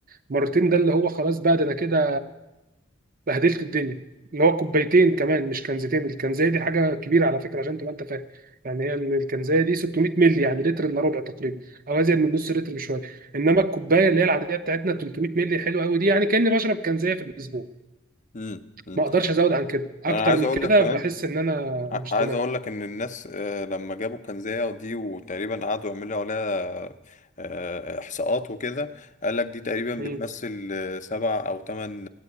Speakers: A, on the right; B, on the left.
A: مرتين ده اللي هو خلاص بقى ده انا كده بهدلت الدنيا اللي هو كوبايتين كمان مش كنزتين الكنزايه دي حاجه كبيره على فكره عشان تبقى انت فاهم يعني هي ال- الكنزايه دي 600 مللي يعني لتر الا ربع تقريبا او ازيد من نص لتر بشويه انما الكوبايه اللي هي العاديه بتاعتنا 300 مللي حلوه قوي دي يعني كاني بشرب كنزايه في الاسبوع
B: امم
A: ما اقدرش ازود عن كده اكتر
B: انا عايز
A: من
B: اقول
A: كده
B: لك كمان
A: بحس ان انا
B: ع-
A: مش تمام
B: عايز اقول لك ان الناس آه، لما جابوا الكنزية دي وتقريبا قعدوا يعملوا عليها آه، احصاءات وكده قال لك دي تقريبا
A: مم.
B: بتمثل آه، سبع او ثمان